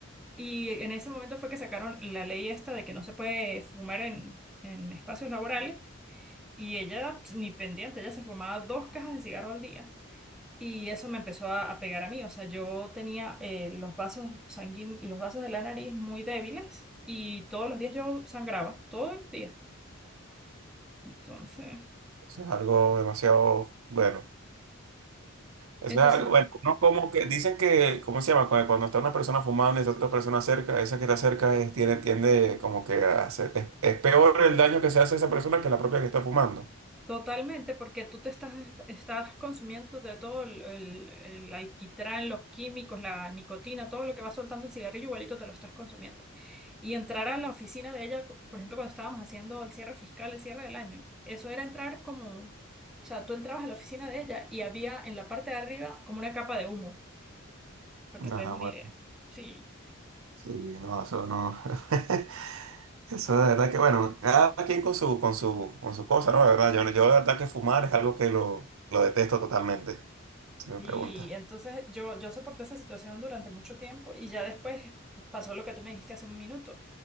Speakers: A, in the centre; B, on the right (about 75°).
A: Y en ese momento fue que sacaron la ley esta de que no se puede fumar en, en espacios laborales. Y ella, pues, ni pendiente, ella se fumaba dos cajas de cigarro al día. Y eso me empezó a, a pegar a mí. O sea, yo tenía eh, los vasos sanguíneos, los vasos de la nariz muy débiles y todos los días yo sangraba, todos los días. Entonces,
B: eso es algo demasiado bueno. Eso
A: entonces,
B: es algo, bueno, uno como que dicen que, ¿cómo se llama? Cuando, cuando está una persona fumando y está otra persona cerca, esa que está cerca es- tiene, tiende como que a hacer- es, es peor el daño que se hace a esa persona que la propia que está fumando.
A: totalmente, porque tú te estás, estás consumiendo de todo el, el, el alquitrán, los químicos, la nicotina, todo lo que va soltando el cigarrillo, igualito te lo estás consumiendo. Y entrar a la oficina de ella, por ejemplo, cuando estábamos haciendo el cierre fiscal, el cierre del año, eso era entrar como, o sea, tú entrabas a la oficina de ella y había en la parte de arriba como una capa de humo, para que
B: Ah,
A: te des una
B: bueno.
A: idea. Sí.
B: Sí, no, eso no. <laughs> Eso de verdad que, bueno, cada quien con su, con su, con su cosa, ¿no? De verdad, yo, yo de verdad que fumar es algo que lo, lo detesto totalmente, si me
A: Y
B: preguntas.
A: entonces yo, yo soporté esa situación durante mucho tiempo y ya después pasó lo que tú me dijiste hace un minuto.